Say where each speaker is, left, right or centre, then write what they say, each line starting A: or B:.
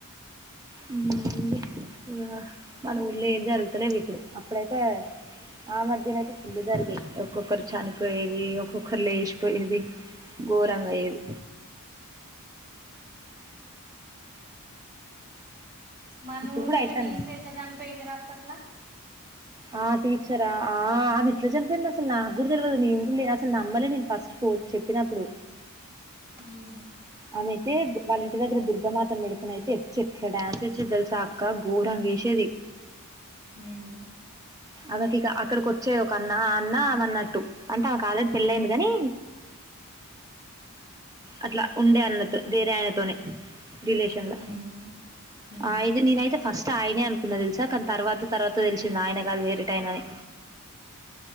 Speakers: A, on the right; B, on the right.
A: ఇ మన ఊళ్ళ జరుగుతలేవు ఇప్పుడు అప్పుడైతే ఆ మధ్యన అయితే పుల్లు జరిగేయి ఒక్కొక్కరు చనిపోయేది ఒక్కొక్కరు లేచిపోయేది ఘోరంగా అయేది
B: మన
A: ఇప్పుడు
B: ఊట్లో
A: కూడా అయితాన్నాయి
B: గ టీసర ఎట్లా చనిపోయిందిరా అప్పట్లా
A: ఆ టీచరా ఆ ఆది ఇట్లా చనిపోయి అసలు నాకు కూడా తెలియదు నేను కూడా లేను అసలు నమ్మలే నేను ఫస్ట్ పో చెప్పినప్పుడు
B: ఉమ్.
A: ఆమెైతే వాళ్ళ ఇంటి దగ్గర దుర్గమాతను పెడుతునయితే ఎట్లా డ్యాన్స్ వచ్చి తెలుసా అక్క ఘోరంగేసేది
B: ఉమ్.
A: ఆమెకి ఇక అక్కడికి వచ్చే ఒక అన్న అన్న అన్నట్టు అంటే ఆమెకు ఆల్రెడీ పెళ్ళయింది కాని అట్లా ఉండే అన్నతో వేరే ఆయనతోనే రిలేషన్ లో
B: ఉమ్.
A: ఆయన నేనయితే ఫస్ట్ ఆయనే అనుకున్న తెలుసా కానీ తర్వాత తర్వాత తెలిసింది ఆయన కాదు వేరే ఏటోయినది